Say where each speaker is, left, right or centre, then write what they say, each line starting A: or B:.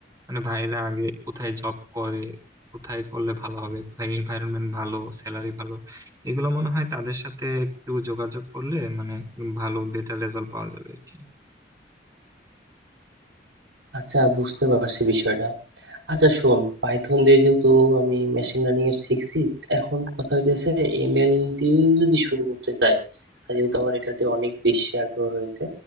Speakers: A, on the right; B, on the right.
A: মানে ভাইরা আগে কোথায় জব করে কোথায় করলে ভালো হবে কোথায় এনভায়রনমেন্ট ভালো স্যালারি ভালো এগুলো মনে হয় তাদের সাথে একটু যোগাযোগ করলে মানে ভালো বেটার রেজাল্ট পাওয়া যাবে আর কি
B: আচ্ছা বুঝতে পারছি বিষয়টা আচ্ছা শোন পাইথন দিয়ে যেহেতু আমি মেশিন লার্নিং এর শিখছি এখন কথা হইতেছে এমএল দিয়েও যদি শুরু করতে চাই আর যেহেতু আমার এটাতে অনেক বেশি আগ্রহ রয়েছে